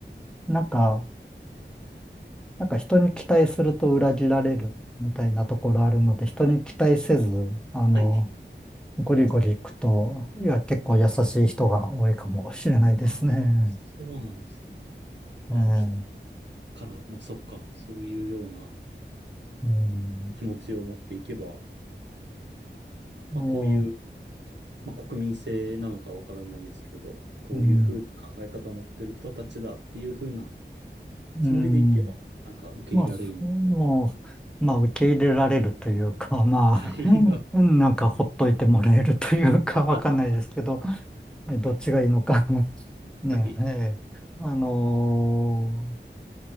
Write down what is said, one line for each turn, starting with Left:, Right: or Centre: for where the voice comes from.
Centre: なんか、なんか人に期待すると裏切られるみたいなところあるので、人に期待せず、
Right: あ、
Centre: あの、
Right: はい。
Centre: ゴリゴリ行くと、いや、結構優しい人が多いかもしれないですね。
Right: ああ、そうなんですね。ああ、
Centre: ええ、
Right: 人から、まあそっか、そういうような
Centre: うん、
Right: 気持ちを持っていけば、まあこういう、
Centre: も
Right: まあ国民性なのかわからないですけど、こういうふうな考え方を持ってる人たちだっていうふうな
Centre: ううん、
Right: つもりでいけば、
Centre: うん。
Right: なんか受け入れられるのかも。
Centre: まあ、そもう、まあ、受け入れられるというか、<laughs> まあ、
Right: はい。
Centre: うんなんかほっといてもらえるというか、
Right: <laughs>
Centre: わかんないですけど、えどっちがいいのか
Right: はい、
Centre: <laughs> ね、
Right: はい、
Centre: ええ、あのー